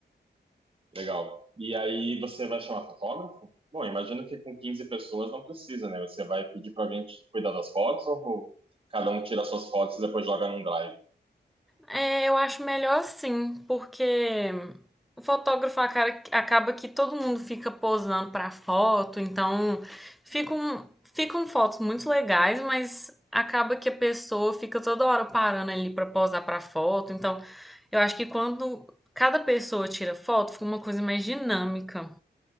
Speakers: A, on the right (about 30°); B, in the centre.
A: Legal. E aí você vai chamar fotógrafo? Bom, imagino que com 15 pessoas não precisa, né? Você vai pedir para alguém te cuidar das fotos ou cada um tira suas fotos e depois joga num drive?
B: É, eu acho melhor assim, porque o fotógrafo acara- acaba que todo mundo fica posando pra foto, então ficam, ficam fotos muito legais, mas acaba que a pessoa fica toda hora parando ali pra posar pra foto. Então, eu acho que quando cada pessoa tira foto, fica uma coisa mais dinâmica.